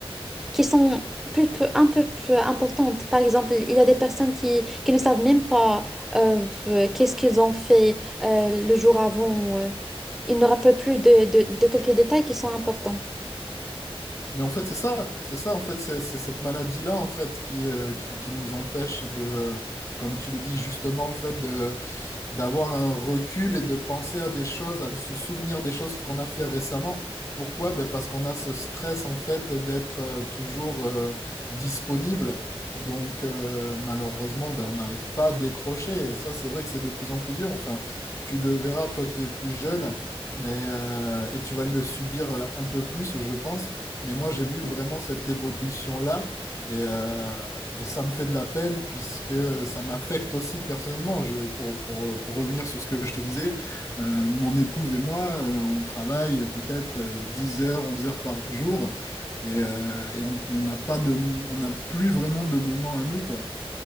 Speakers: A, in the centre; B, on the left.
A: qui sont plus, peu- un peu plus importantes. Par exemple, il y a des personnes qui, qui ne savent même pas euh, euh, qu'est-ce qu'ils ont fait euh, le jour avant. euh. Ils ne rappellent plus de, de, de quelques détails qui sont importants.
B: Mais en fait, c'est ça, c'est ça, en fait, c'est c'est cette maladie-là, en fait, qui, euh, qui, qui nous empêche de, euh, comme tu l'as dit justement, en fait, de d'avoir un recul et de penser à des choses, à se souvenir des choses qu'on a fait récemment. Pourquoi? Ben parce qu'on a ce stress en fait d'être euh, toujours euh, disponible. Donc euh, malheureusement, ben, on n'arrive pas à décrocher. Et ça, c'est vrai que c'est de plus en plus dur. Enfin, tu le verras, toi qui es plus jeune, mais euh, et tu vas le subir euh, un peu plus, je pense. Mais moi, j'ai vu vraiment cette évolution-là. Et, euh, et ça me fait de la peine puisque ça m'affecte aussi personnellement. Je, pour, pour- pour revenir sur ce que je te disais, euh, mon épouse et moi, euh, on travaille peut-être euh, 10 heures, 11 heures par jour et, euh, et on on n'a pas de, on n'a plus vraiment de moments à nous, quoi.